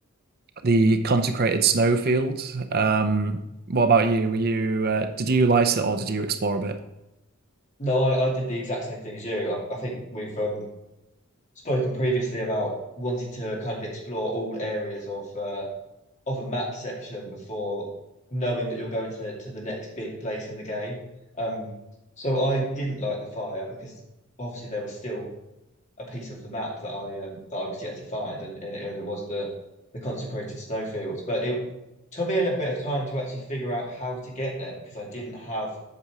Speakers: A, on the right (about 50°); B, on the left (about 35°).
A: the consecrated snowfield. Um, what about you? Were you uh, did you light it or did you explore a bit?
B: No, I, I did the exact same thing as you. I, I think we've um spoken previously about wanting to kind of explore all areas of uh, of a map section before knowing that you're going to to the next big place in the game. Um, so I didn't like the fire because obviously there was still a piece of the map that I um that I was yet to find, and and it, and it was the the consecrated snowfields. But it took me a little bit of time to actually figure out how to get there because I didn't have